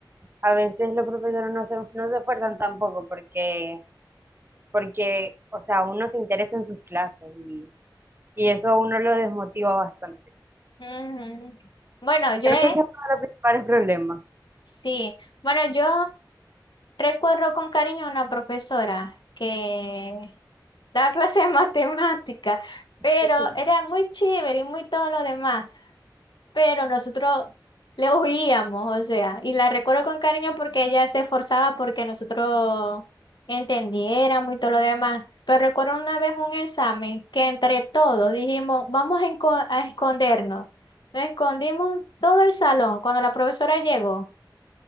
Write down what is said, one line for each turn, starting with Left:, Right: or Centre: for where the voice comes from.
Right: a veces los profesores no se, no se esfuerzan tampoco porque, porque, o sea, uno se interesa en sus clases y, y eso a uno lo desmotiva bastante.
Left: Ujú. Bueno, yo
Right: Creo
Left: he,
Right: que ese es uno de los principales problemas.
Left: Sí, bueno, yo recuerdo con cariño a una profesora que daba <laughs> clases de matemática, pero
Right: <laughs>
Left: era muy chévere y muy todo lo demás, pero nosotros le oíamos, o sea, y la recuerdo con cariño porque ella se esforzaba porque nosotros entendiéramos y todo lo demás. Pero recuerdo una vez un examen que entre todos dijimos, vamos a enco- a escondernos. Nos escondimos todo el salón cuando la profesora llegó.